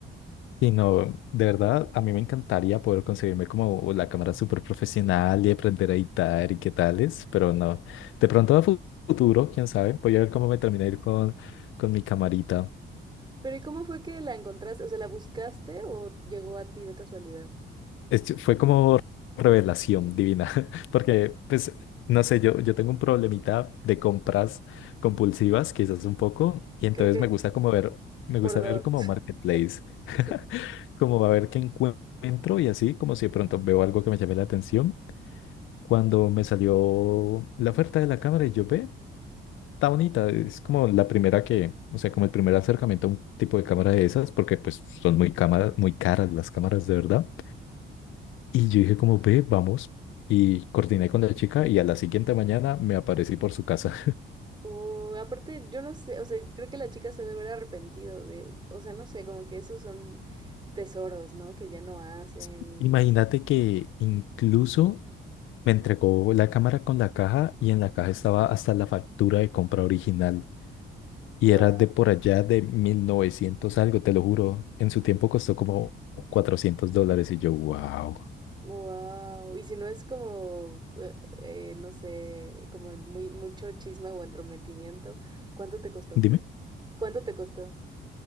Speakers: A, on the left; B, on the right.
A: Sí, no, de verdad, a mí me encantaría poder conseguirme como la cámara súper profesional y aprender a editar y qué tales, pero no. De pronto a fu- futuro, quién sabe, voy a ver cómo me termina de ir con, con mi camarita.
B: Pero ¿y cómo fue que la encontraste? O sea, ¿la buscaste o llegó a ti de casualidad?
A: es- fue como revelación divina, <laughs> porque pues no sé, yo, yo tengo un problemita de compras compulsivas, quizás un poco, y entonces
B: Creo que
A: me gusta como ver, me
B: por
A: gusta
B: dos.
A: ver como
B: <laughs>
A: marketplace, <laughs>
B: Sí.
A: como a ver qué encuentro y así, como si de pronto veo algo que me llame la atención. Cuando me salió la oferta de la cámara y yo ve, está bonita, es como la primera que, o sea, como el primer acercamiento a un tipo de cámara de esas, porque pues son muy cámara- muy caras las cámaras de verdad. Y yo dije como, ve, vamos. Y coordiné con la chica y a la siguiente mañana me aparecí por su casa.
B: O aparte, yo no sé, o sea, creo que la chica se debe haber arrepentido de, o sea, no sé, como que esos son tesoros, ¿no? Que ya no hacen,
A: <laughs> Imagínate
B: no sé,
A: que incluso me entregó la cámara con la caja y en la caja estaba hasta la factura de compra original. Y
B: guau,
A: era de por allá de 1900 algo, te lo juro. En su tiempo costó como cuatrocientos dólares y yo, wow.
B: guau. Y si no es como, eh, eh, no sé, como muy, mucho chisme o entrometimiento, ¿cuánto te costó?
A: Dime.
B: ¿Cuánto te costó?